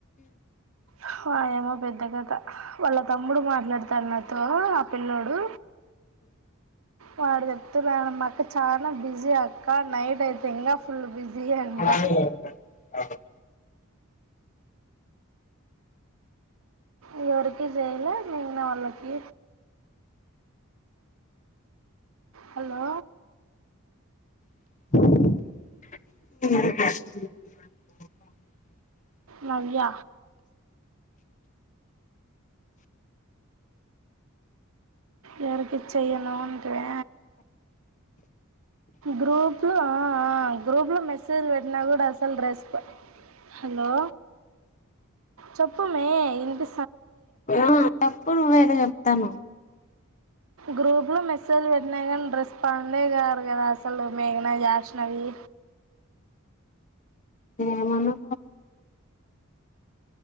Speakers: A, on the right; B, on the left.
A: ఆహా <unintelligible> అంతే గదా వాళ్లకు తమ్ముడు మాట్లాడుతాడు నాతో ఆ పిల్ల్లోడు వాడు చెప్తూనాడు మా అక్క చాల బిజీ ఆ ఇంకా నైట్ అయితే ఇంకా ఫుల్
B: అ
A: బిజీ అంట
B: <unintelligible>
A: ఎవరికి చేయలే మీ అన్నవాళ్ళకి హలో
B: <inaudible>
A: నవ్య ఎవరికి చెయను అంటివే గ్రూప్లో ఆ గ్రూప్లో మెసేజ్ పెట్టినా కూడా అసలు రెస్పాండ్ హలో చెప్పం మే ఇంటి
B: ఆ తప్పుడు నువ్వేదో చెప్తానావ్
A: గ్రూప్ లో మెసేజ్లు పెట్టినాయి కానీ రెస్పాండే కారు కదా అసలు మేఘన జాష్నవి
B: ఏ మనా